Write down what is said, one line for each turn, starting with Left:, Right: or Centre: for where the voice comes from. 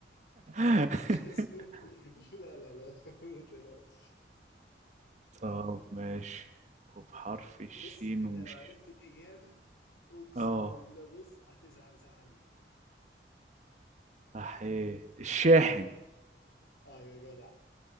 Left: لا
Right: <laughs>
Left: لا لا مش هسوي <laughs> لا لا لا <laughs> ما تقلقش
Right: طب ماشي وبحرف الشين
Left: بص انت
Right: وش
Left: لو عرفت الاجابه اقسم
Right: اه
Left: بالله بص هتزعل زعل
Right: احيه الشاحن
Left: اه يا جدع